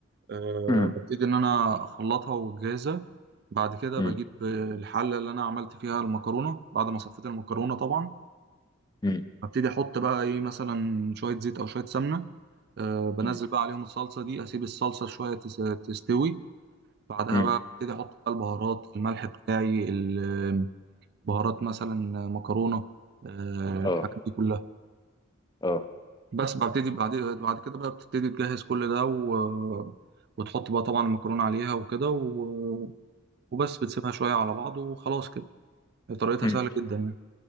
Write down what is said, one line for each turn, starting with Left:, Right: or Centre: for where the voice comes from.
Right: أه،
Left: مم.
Right: ببتدي ان انا اخلطها واجهزها بعد كده
Left: مم.
Right: بجيب الحله اللي انا عملت فيها المكرونه بعد ما صفيت المكرونه طبعا
Left: مم.
Right: هبتدي احط بقى ايه مثلا شويه زيت او شويه سمنه أه بنزل
Left: مم.
Right: بقى عليهم الصلصه دي اسيب الصلصه شويه تس- تستوي بعدها
Left: مم.
Right: بقى ابتدي احط بقى البهارات الملح بتاعي البهارات مثلا مكرونه أه
Left: اه
Right: الحاجات دي كلها
Left: اه
Right: بس ببتدي بعد بعد كده بقى بتبتدي تجهز كل ده و... وتحط بقى طبعا المكرونه عليها وكده و... وبس بتسيبها شويه على بعض وخلاص كده طريقتها
Left: مم.
Right: سهله جدا يعني